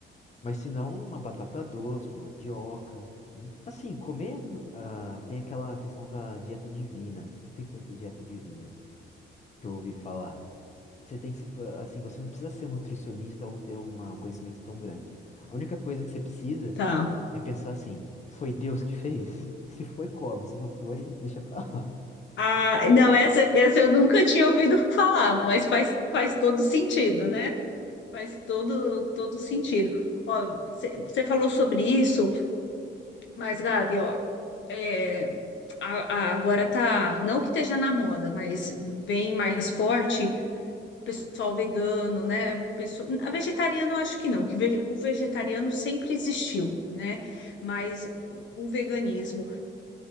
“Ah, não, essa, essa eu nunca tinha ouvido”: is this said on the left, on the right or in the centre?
Left